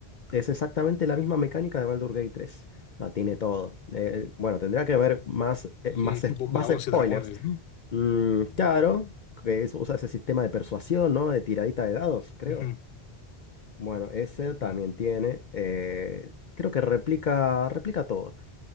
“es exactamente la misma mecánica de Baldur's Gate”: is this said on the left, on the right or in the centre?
Left